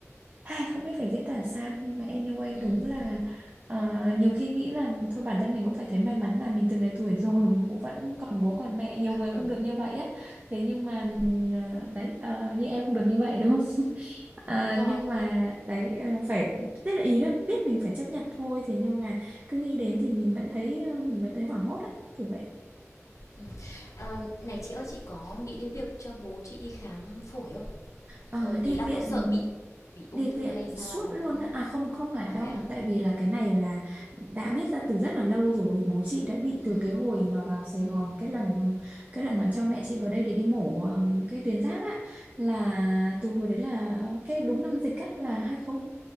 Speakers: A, on the right; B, on the left.
A: hay không biết phải diễn tả sao nhưng mà anyway
B: Ừm,
A: đúng là
B: ừm,
A: ờ, nhiều khi nghĩ là thôi bản thân mình cũng phải thấy may mắn là mình từng này tuổi rồi bố vẫn còn bố còn mẹ nhiều người
B: ừ,
A: không được như vậy á thế nhưng mà ừm,
B: ừm,
A: ờ, đấy ờ, như em không được như vậy đúng không <laughs> Ờ,
B: đúng rồi,
A: nhưng mà
B: em đang
A: đấy ờ, phải tức là ý là biết mình phải chấp nhận thôi thế nhưng mà cứ nghĩ đến thì mình vẫn thấy ờ, mình vẫn thấy hoảng hốt á kiểu vậy
B: ừm. Ờ, này chị ơi, chị có nghĩ đến việc cho bố chị đi khám phổi không?
A: Ờ,
B: Ờ,
A: đi
B: ý là
A: viện
B: có sợ bị bị ung
A: đi
B: thư
A: viện
B: hay sao
A: suốt
B: đó
A: luôn
B: không á?
A: á. à không không phải
B: À,
A: đâu
B: vậy à?
A: tại vì là cái này là đã biết ra từ rất là lâu rồi bố chị đã bị
B: Ừm,
A: từ cái hồi mà vào Sài Gòn cái lần ờ, cái lần mà cho mẹ chị vào đây để đi mổ ờm, cái tuyến giáp á là từ hồi đấy là cái đúng năm dịch á là ờ,